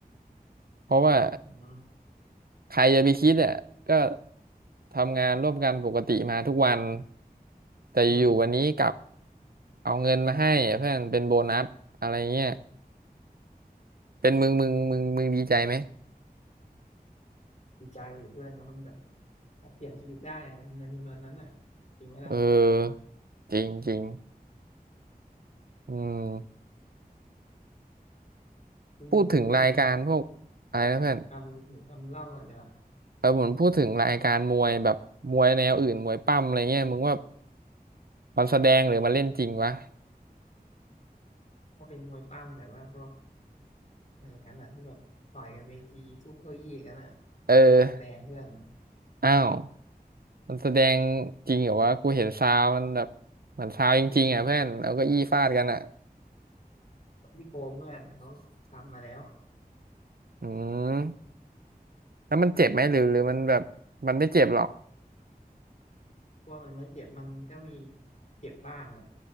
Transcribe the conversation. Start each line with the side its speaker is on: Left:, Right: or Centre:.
Right: เพราะว่า
Left: อืม
Right: ใครจะไปคิดอ่ะก็ทำงานร่วมกันปกติมาทุกวันแต่อยู่ๆวันนี้กลับ
Left: อืม
Right: เอาเงินมาให้อะเพื่อนเป็นโบนัสอะไรเงี้ยเป็นมึงมึงมึงมึงดีใจไหม
Left: ดีใจเพื่อนแล้วมันแบบเปลี่ยนชีวิตได้อะในเมืองในเมืองนั้นอ่ะจริงไหมล่ะ
Right: เออจริงจริงอืม
Left: มึงมึงรู้เรื่อง
Right: พูดถึงรายการพวกอะไรนะเพื่อน
Left: ทำทำเล่าก่อนดีกว่า
Right: เออผมพูดถึงรายการมวยแบบมวยแนวอื่นมวยปั้มอะไรเงี้ยมึงว่ามันแสดงหรือมันเล่นจริงวะ
Left: ว่าเป็นมวยปั้มแบบว่าพวกอะไรอย่างนั้นอ่ะที่แบบต่อยกันเวทีทุ่มเก้าอี้กันอ่ะ
Right: เออ
Left: เป็นการแสดงเพื่อน
Right: อ้าว มันแสดงจริงเหรอวะกูเห็นซาวมันแบบเหมือนซาวจริงๆอ่ะเพื่อนเอาเก็อี้ฟาดกันอ่ะ
Left: พี่โฟมเพื่อนเขาทำมาแล้ว
Right: อืมแล้วมันเจ็บไหมหรือหรือมันแบบมันไม่เจ็บหรอก
Left: เพราะว่ามันไม่เจ็บมันก็มีเจ็บบ้างแหละ